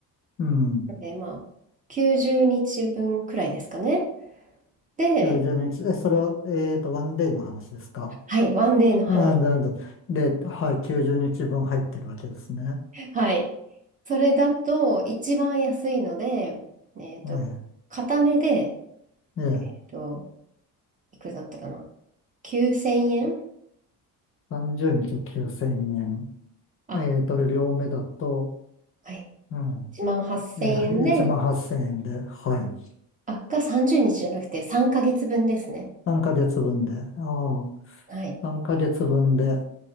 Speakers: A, on the left (about 35°); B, on the right (about 25°).
A: うん。
B: で、まあ、90日分くらいですかね。で、
A: 90日、え、それは、えーと、ワンデイの話ですか。
B: はい、ワンデーの話。
A: あ、なで、で、ではい、90日分入ってるわけですね。
B: <laughs> はい。それだと、一番安いので、えっと、
A: え
B: 片目で、
A: え、ええ。
B: えっと、いくらだったかな。9000円
A: 30日9千円。
B: あ、
A: えっと、両目だと、
B: はい。
A: うん、
B: 1万8000円で、
A: えー、1万8千円で、はい。
B: あ、が30日じゅうにちじゃなくて3ヶ月分ですね。
A: 3ヶ月分で、ああ、
B: はい。
A: 3ヶ月分で、